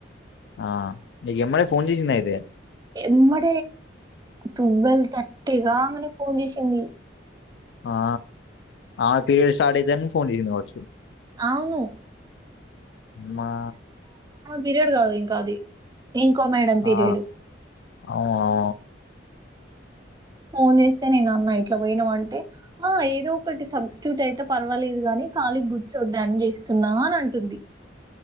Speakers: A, on the left; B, on the right.
A: ఆ నీకు ఎమ్మడే ఫోన్ చేసింది అయితే
B: ఎమ్డ ట్వల్ తర్టిగా అనే ఫోన్ చేసింది
A: ఆ ఆ పీయడ్ స్టార్ట్ అ ఫోన్ చేసిాప్
B: అవును
A: మా
B: పిర్యాడ్ కావాలి ఇంకా అది ఇంకో మేడం పీరియడ్
A: ఆ అవునా
B: ఫోన్ చేస్తే నేను అన్నా ఇట్లా పోయినా అంటే ఆ ఏదో ఒకటి సబ్స్ట్యూట్ అయితే పర్వాలేదు గాని ఖాలీకి గుర్చోద్ద్ద అని చేస్తున్నా అని అంటుంది